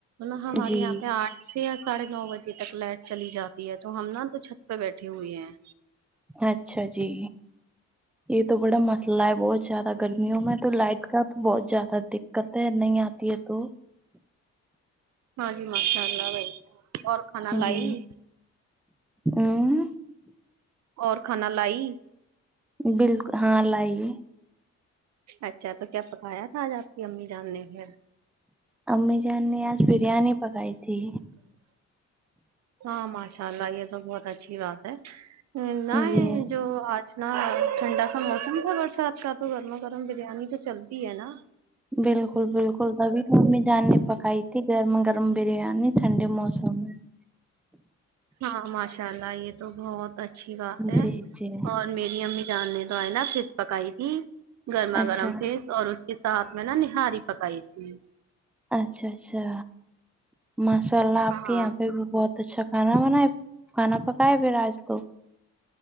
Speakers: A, on the right (about 60°); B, in the centre.
A: نا ہمارے
B: جی
A: یہاں پہ آٹھ سے یا ساڑھے نو بجے تک لائٹ چلی جاتی ہے تو ہم نا تو چھت اس پے بیٹھی ہوئی ہیں
B: اچھا جی یہ تو بڑا مس لا بہت زیادہ گرمیوں میں تو لائٹ کا تو بہت زیادہ دقت ہے نہیں آتی ہے تو
A: ہے جی ماشاء اللہ بھائی اور کھانا لائی
B: جی اں
A: اور کھانا لائی
B: بالکل ہاں لائیی
A: اچھا تو کیا پکایا تھا آج آپ کی امی جان نے پھر
B: امی جان نے آج بریانی پکائی تھی
A: ہاں ماشاء اللہ یہ تو بہت اچھی بات ہے نئی
B: جی
A: جو آج نا ٹھنڈا سا موسم تھا برسات کا تو گرما گرم بریانی تو چل تی ہے نا
B: بالکل بالکل تبھی تو ممی جاننے پکائی تھی گرم گرم بریانی ٹھنڈے موسم میں
A: ہاں ماشاء اللہ یہ تو بہت اچھی بات ہے
B: جی جی
A: اور م میری امی جان نے تو آئے نا فش پکائی تھی گرما
B: اچھا
A: گرم فش اور اس کے ساتھ میں نا نہاری پکائی تھی
B: اچھا اچھا ماشاء اللہ
A: ہاں
B: آپ کے یہاں پہ بھی بہت تو اچھا کھانا بنائے کھانا پکائے پھر آج تو